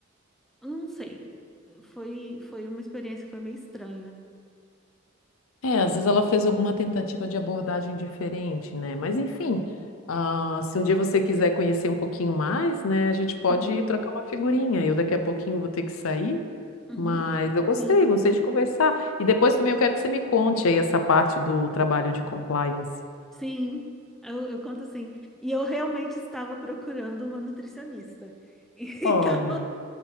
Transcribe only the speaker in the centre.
eu não sei. Foi, foi uma experiência que foi meio estranha.
Uhum,
uhum.
Sim,
sim. Eu, eu conto assim. E eu realmente estava procurando uma nutricionista. <laughs> Então,